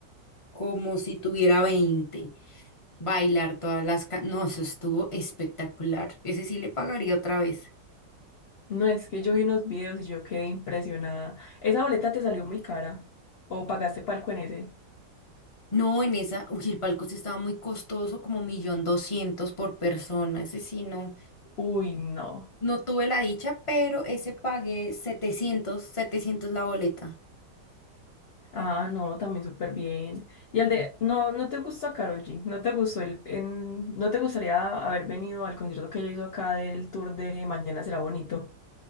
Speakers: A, on the left (about 25°); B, on the left (about 70°).
A: como si tuviera 20. Bailar todas las... ca- No, eso estuvo espectacular, ese sí le pagaría otra vez.
B: No, es que yo vi unos videos y yo quedé impresionada. Esa boleta te salió muy cara. ¿O pagaste palco en ese?
A: No, en esa, uy, el palco sí estaba muy costoso, como millón doscientos por persona. Ese sí, no,
B: Uy, no.
A: no tuve la dicha, pero ese pagué setecientos, 700 la boleta.
B: Ah, no, también súper bien. Y al de, no, no te gustó Karol G, no te gustó el, en- no te gustaría haber venido al concierto que ella hizo acá del tour de Mañana será bonito.